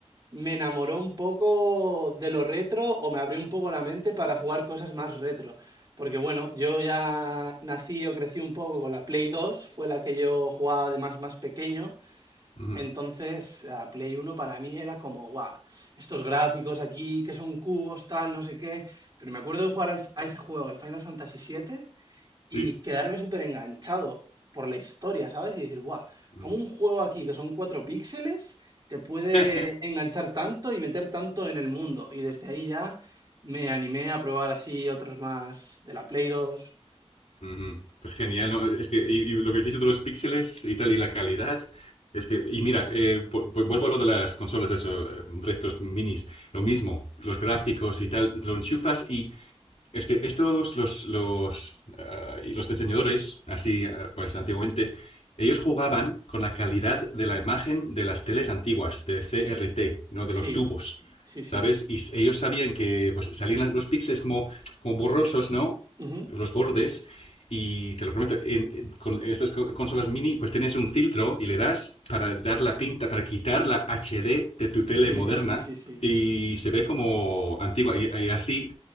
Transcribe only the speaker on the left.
mm, mm,
sí,
mm.
<laughs>
Ujú, pues Genial, ¿no? Es que y, y lo que has dicho de los píxeles y tal, y la calidad, es que, y mira, eh, pu- pu- vuelvo a lo de las consolas, eso, eh, restos minis, lo mismo, los gráficos y tal, lo enchufas y Es que estos, los, los, ah, y los diseñadores, así ah, pues antiguamente, ellos jugaban con la calidad de la imagen de las teles antiguas, de CRT, ¿no? De
los tubos,
¿sabes? Y s- ellos sabían que pues salían los píxeles como, como borrosos, ¿no?
Los bordes. Y te lo prometo, en- en- con estas co- consolas mini, pues tienes un filtro y le das para dar la pinta, para quitar la HD de tu tele
moderna
y se ve como antigua. Y, y así